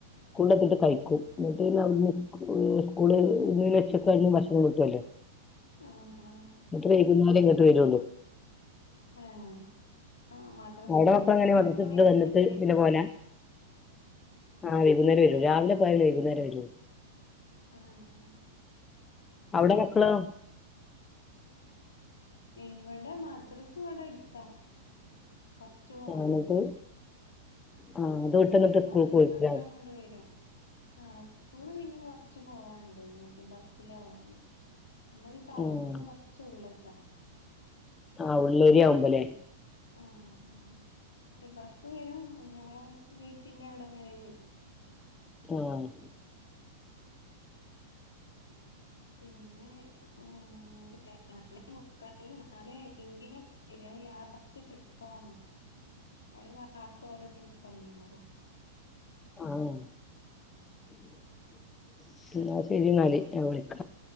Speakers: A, on the left; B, on the left.
A: സ്കൂളിലെത്തിട്ട് കഴിക്കും. ഇങ്ങട്ട് പിന്നെ അവ്ട്ന്ന് സ്കൂ സ്കൂളിതിന് വെച്ചിട്ടവിടുന്ന് ഭക്ഷണം കിട്ടല്ലോ <inaudible>
B: ആഹ് ആഹ്
A: ഇങ്ങട്ട് വൈകുന്നാരെ ഇങ്ങട്ട് വരൊള്ളൂ.
B: ആഹ് ആഹ് മദ്രസ്
A: അവിടെ
B: പോയാ
A: അപ്പൻങ്ങനെ
B: പിന്നെ
A: തിന്ന്
B: വൈകുന്നേരം
A: വന്നിട്ട്
B: വരും
A: പിന്നെ പോവാലാ <inaudible> ആഹ് വൈകുന്നേരം വരും, രാവിലെ പോയ പിന്നെ വൈകുന്നേരെ വരൂ.
B: ആഹ്
A: അവിടെ മക്കളോ
B: ഇവിടെ മദ്രസ് ഇവടെ അട്ത്താ, കൊറച്ച് പോവാനൊള്ളൂ
A: ആ, എന്നിട്ട് ആ
B: ഓര്
A: അത്
B: ഇങ്ങട്ട്
A: വിട്ട്
B: വരും
A: എന്നിട്ട്
B: മദ്രാസ്സ്ട്ടാ
A: സ്കൂളിൽ പോയി ആ
B: ഇങ്ങട്ട് വരും. ആഹ് സ്കൂള് പിന്നിം കൊർച്ച് പോവാണ്ട്. മറ്റേ ബസ്സിലാ പോവാലെ, നമ്മള് ടൗണ്ന്ന്
A: ഉം.
B: കൊർച്ച് ഉള്ള്ക്കാ <inaudible>
A: ആഹ് ഉള്ളേരി ആവുമ്പല്ലേ
B: ആഹ്, ബസ് വരും ഞമ്മളെ ഗേയിറ്റിന്റെ അവിടം വരെ വരും.
A: ആഹ്
B: പിന്നെ ആഹ് <unintelligible> നാളെ <unintelligible> ലാസ്റ്റ് ട്രിപ്പാവും. <unintelligible> ഓരോ ട്രിപ്പല്ലെണ്ടാവാ
A: ആഹ് <inaudible> എന്നാ ശെരിന്നാല്. ഞാൻ വിളിക്കാ